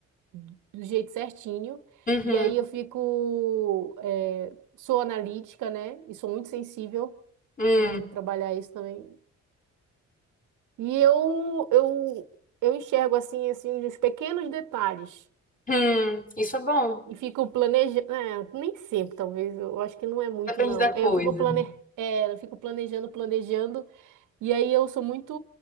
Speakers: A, on the right; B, on the left.
A: do jeito certinho.
B: Uhum.
A: E aí eu fico, eh, sou analítica, né? E sou muito sensível.
B: Hum.
A: né? Eu tenho que trabalhar isso também. E eu, eu, eu enxergo assim, assim, os pequenos detalhes.
B: Hum. Isso é bom.
A: E fico planejando. É, nem sempre, talvez. Eu acho que não é muito,
B: Depende
A: não.
B: da coisa.
A: Aí Eu fico plane... é, eu fico planejando, planejando. E aí eu sou muito